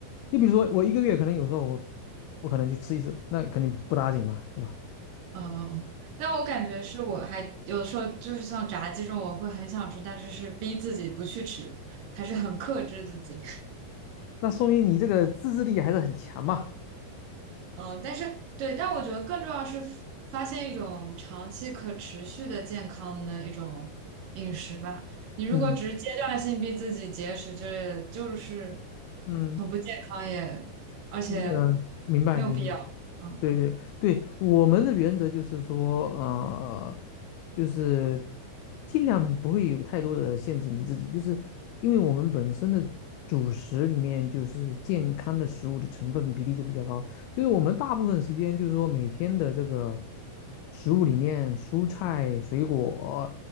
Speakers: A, on the left (about 85°); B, on the right (about 70°).
A: 你比如说，我一个月可能有时候我我可能去吃一次，那肯定不打紧嘛，对吧？
B: 嗯嗯，但我感觉是我还有时候就是像炸鸡这种，我会很想吃，但是是逼自己不去吃，还是很克制自己。
A: 那说明你这个自制力还是很强嘛。
B: 嗯，但是对，但我觉得更重要是发现一种长期可持续的健康的一种饮食吧。你如果只是阶段性逼自己节食之类就是
A: 嗯嗯，
B: 很不健康也，而且没有必要。
A: 呃，明白明白。
B: 嗯
A: 对对对，我们的原则就是说，呃，就是尽量不会有太多的限制你自己，就是因为我们本身的主食里面就是健康的食物的成分比例就比较高，就是我们大部分时间，就是说每天的这个食物里面，蔬菜、水果